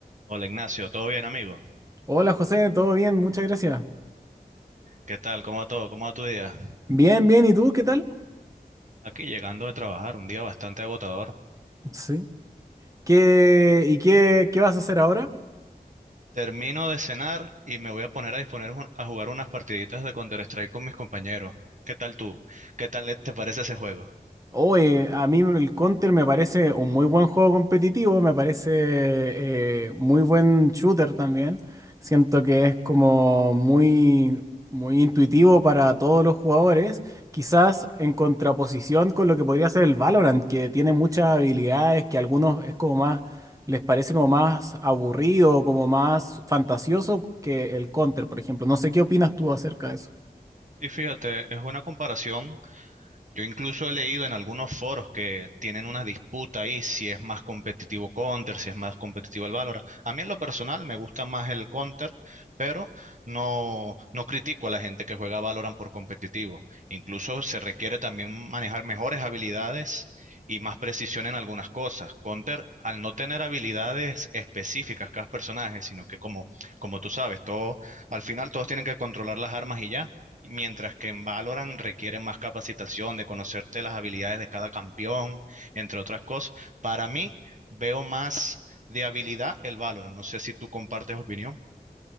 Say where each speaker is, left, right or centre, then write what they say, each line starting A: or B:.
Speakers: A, on the right (about 50°); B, on the right (about 20°).
A: Hola Ignacio, ¿todo bien amigo?
B: Hola José, ¿todo bien? Muchas gracias.
A: ¿Qué tal? ¿Cómo va todo? ¿Cómo va tu día?
B: Bien, bien, ¿y tú qué tal?
A: Aquí llegando de trabajar, un día bastante agotador.
B: Sí. ¿Qué, y qué, qué vas a hacer ahora?
A: Termino de cenar y me voy a poner a disponer ju- a jugar unas partiditas de Counter-Strike con mis compañeros. ¿Qué tal tú? ¿Qué tal te parece ese juego?
B: Oye, a mí el Counter me parece un muy buen juego competitivo, me parece eh, muy buen shooter también. Siento que es como muy, muy intuitivo para todos los jugadores, quizás en contraposición con lo que podría ser el Valorant, que tiene muchas habilidades que a algunos es como más, les parece como más aburrido, como más fantasioso que el Counter, por ejemplo. No sé qué opinas tú acerca de eso.
A: Y fíjate, es buena comparación Yo incluso he leído en algunos foros que tienen una disputa ahí si es más competitivo Counter, si es más competitivo el Valorant. A mí en lo personal me gusta más el Counter, pero no, no critico a la gente que juega Valorant por competitivo. Incluso se requiere también manejar mejores habilidades y más precisión en algunas cosas. Counter, al no tener habilidades específicas cada personaje, sino que como, como tú sabes, todo, al final todos tienen que controlar las armas y ya. Mientras que en Valorant requiere más capacitación de conocerte las habilidades de cada campeón, entre otras cosas. Para mí, veo más de habilidad el Valorant. No sé si tú compartes opinión.